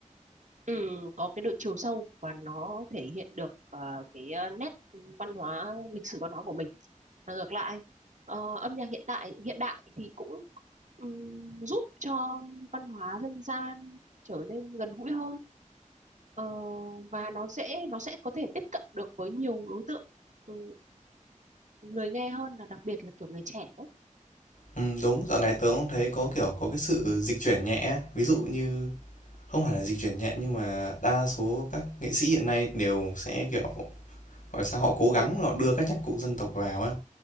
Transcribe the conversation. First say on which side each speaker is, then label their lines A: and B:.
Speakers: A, on the right (about 65°); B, on the left (about 75°).
A: ừ, có cái độ chiều sâu và nó thể hiện được ờ, cái ờ, nét văn hóa lịch sử văn hóa của mình và ngược lại ờ, âm nhạc hiện tại hiện đại thì cũng ừm, giúp cho văn hóa dân gian trở nên gần gũi hơn Ờ, và nó dễ nó sẽ có thể tiếp cận được với nhiều đối tượng ừ, người nghe hơn là đặc biệt là kiểu người trẻ ấy.
B: Ừ, đúng, dạo này tớ cũng thấy có kiểu có cái sự dịch chuyển nhẹ, ví dụ như Không phải là dịch chuyển nhẹ nhưng mà đa số các nghệ sĩ hiện nay đều sẽ, kiểu, hỏi sao, họ cố gắng
A: ừ
B: họ đưa các nhạc cụ dân tộc vào á.